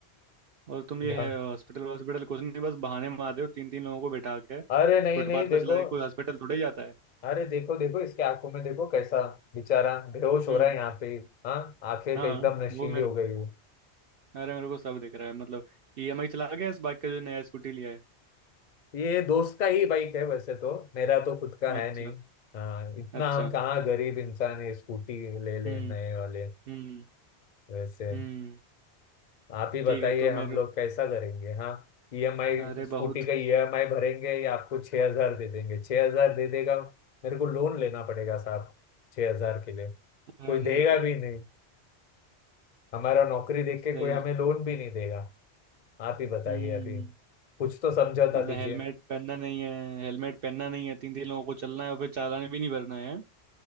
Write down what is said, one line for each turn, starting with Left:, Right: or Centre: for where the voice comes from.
Right: और तुम ये
Left: ढंग
Right: है हॉस्पिटल हॉस्पिटल कुछ नहीं बस बहाने मार रहे हो तीन तीन लोगों को बैठा के फुटपाथ
Left: अरे नहीं नहीं देखो
Right: पे चला के कोई हॉस्पिटल थोड़े जाता है
Left: अरे देखो देखो इसके आंखों में देखो कैसा बेचारा बेहोश हो
Right: हम्म
Left: रहा है यहाँ पे हाँ आंखें
Right: हाँ
Left: तो एकदम नशीली
Right: वो मेरे
Left: हो गई है
Right: अरे मेरे को सब दिख रहा है मतलब ईएमआई चला गया इस बाइक का जो नया स्कूटी लिया है
Left: ये दोस्त का ही बाइक है वैसे तो मेरा तो खुद का
Right: अच्छा
Left: है नहीं हाँ इतना
Right: अच्छा
Left: हम कहाँ गरीब इंसान है स्कूटी ले ले
Right: हम्म
Left: नए वाले
Right: हम्म
Left: वैसे
Right: हम्म
Left: आप ही बताइए
Right: ठीक है तो
Left: हम
Right: मेरे
Left: लोग कैसा करेंगे हाँ ईएमआई
Right: अरे
Left: स्कूटी
Right: बहुत
Left: का ईएमआई भरेंगे या आपको छह हजार दे देंगे छह हजार दे देगा मेरे को लोन लेना पड़ेगा साहब छह हजार के लिए कोई
Right: अरे
Left: देगा भी नहीं हमारा नौकरी देख के
Right: सही
Left: कोई हमें लोन भी नहीं देगा आप ही बताइए
Right: हम्म
Left: अभी कुछ तो समझौता
Right: मतलब
Left: कीजिए
Right: हेलमेट पहनना नहीं है हेलमेट पहनना नहीं है तीन तीन लोगों को चलना है और फिर चालान भी नहीं भरना है